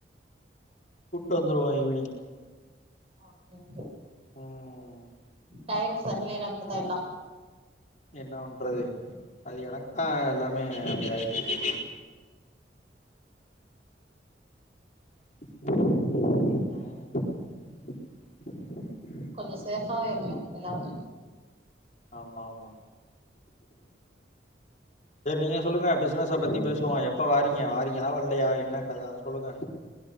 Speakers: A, on the left; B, on the right.
A: கூட்டு வந்துருவோ ஈவினிங்
B: அப்டிங்க
A: ம்
B: டைம் சரில்லினா இப்பிடித்தா எல்லா
A: என்ன வண்றது அது எனக்த்தா எல்லாமே அப்டி ஆயிட்ருக்கு ம்
B: கொஞ்ச சேஃபாவு இருக்கு எல்லாரு
A: ஆமாமா செரி நீங்க சொல்லுங்க பிஸ்னஸ பத்தி பேசுவோ எப்போ வாரிங்க வாரிங்களா வல்லையா என்ன கத அத சொல்லுங்க